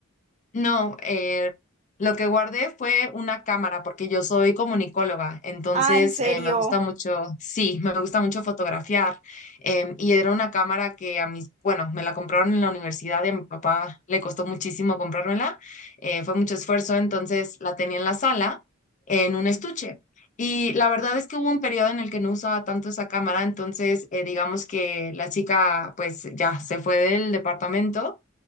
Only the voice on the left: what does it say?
No, eh, lo que guardé fue una cámara, porque yo soy comunicóloga, entonces
eh, me gusta mucho, sí, me gusta mucho fotografiar. em, y era una cámara que a mis, bueno, me la compraron en la universidad y a mi papá le costó muchísimo comprármela, eh, fue mucho esfuerzo, entonces la tenía en la sala, en un estuche. Y la verdad es que hubo un periodo en el que no usaba tanto esa cámara, entonces eh, digamos que la chica pues ya se fue del departamento